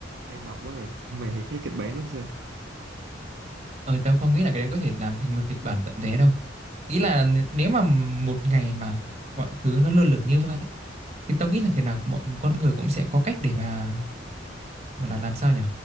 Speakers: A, on the right; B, on the right.
A: đang mập quá rồi mày thấy kịch bản đó sao
B: ờ tao không nghĩ là cái đấy có thể làm thành một kịch bản tận thế đâu ý là nếu mà một ngày mà mọi thứ nó lơ lửng như vậy thì tao nghĩ là thế nào mọi con người cũng sẽ có cách để mà Gọi là làm sao nhỉ?